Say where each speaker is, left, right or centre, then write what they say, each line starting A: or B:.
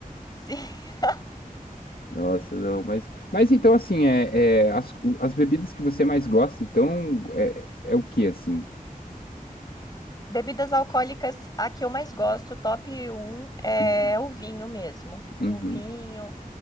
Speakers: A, on the left; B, on the left.
A: sim. <laughs>
B: Nossa, não, mas, mas então assim, é, é, as, o- as bebidas que você mais gosta, então é, é o que assim?
A: Bebidas alcoólicas, a que eu mais gosto, top um é
B: Uhum,
A: o vinho mesmo.
B: uhum.
A: O vinho.